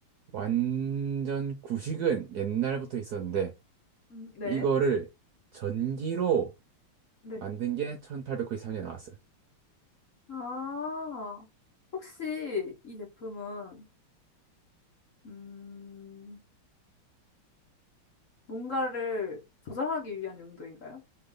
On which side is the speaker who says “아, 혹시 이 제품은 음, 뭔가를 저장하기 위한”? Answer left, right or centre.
Left